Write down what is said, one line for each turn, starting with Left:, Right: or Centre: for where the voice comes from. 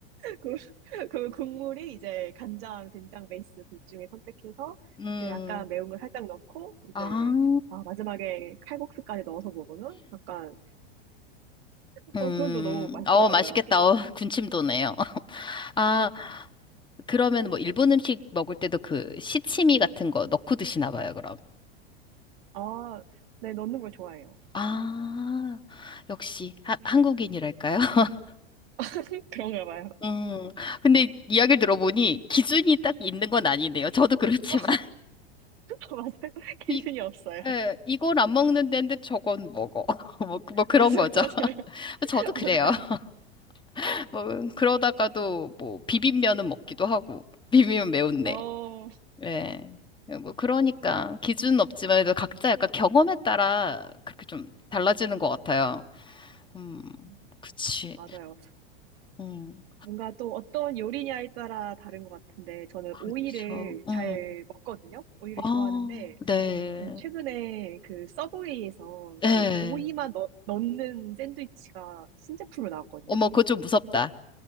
Right: 그, 그 국물이 이제 간장, 된장 베이스 둘 중에 선택해서,
Left: 음,
Right: 이제 약간 매운 걸 살짝 넣고, 이제,
Left: 아,
Right: 아, 마지막에 칼국수까지 넣어서 먹으면 약간,
Left: 음,
Right: 어, 그건 또 너무 맛있더라고요.
Left: 어, 맛있겠다. 어, 군침 도네요.
Right: 음.
Left: <laughs> 아, 그러면 뭐 일본 음식 먹을 때도 그 시치미 같은 거 넣고 드시나 봐요, 그럼.
Right: 아, 네, 넣는 걸 좋아해요.
Left: 아, 역시 하- 한국인이랄까요? <laughs>
Right: <laughs> 그런가 봐요.
Left: 음, 근데 이야기를 들어보니 기준이 딱 있는 건 아니네요. 저도 그렇지만.
Right: <laughs> 아,
Left: <laughs>
Right: 맞아요. 기준이
Left: 이,
Right: 없어요. <laughs>
Left: 예, 이건 안 먹는 데인데 저건 먹어. <laughs> 뭐, 뭐 그런
Right: 맞아요,
Left: 거죠.
Right: 맞아요.
Left: <laughs>
Right: <laughs>
Left: 저도 그래요.
Right: 맞아요.
Left: <laughs> 뭐, 그러다가도 뭐 비빔면은 먹기도 하고. 비빔면 매운데.
Right: 어, 어,
Left: 예. 뭐 그러니까 기준은 없지만 그래도 각자 약간 경험에 따라 그렇게 좀 달라지는 것 같아요. 음,
Right: 음,
Left: 그치.
Right: 맞아요.
Left: 음,
Right: 뭔가 또 어떤 요리냐에 따라 다른 것 같은데, 저는
Left: 그쵸.
Right: 오이를
Left: 음,
Right: 잘 먹거든요? 오이를
Left: 아,
Right: 좋아하는데,
Left: 네.
Right: 네, 최근에 그 서브웨이에서
Left: 예.
Right: 그 오이만 넣, 넣는 샌드위치가 신제품으로 나왔거든요?
Left: 어머, 그거 좀 무섭다.